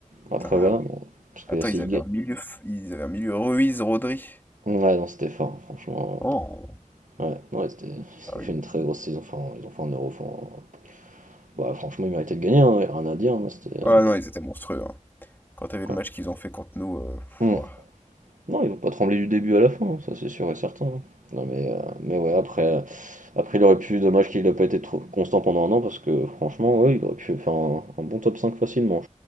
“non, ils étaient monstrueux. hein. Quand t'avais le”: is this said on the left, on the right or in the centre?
Left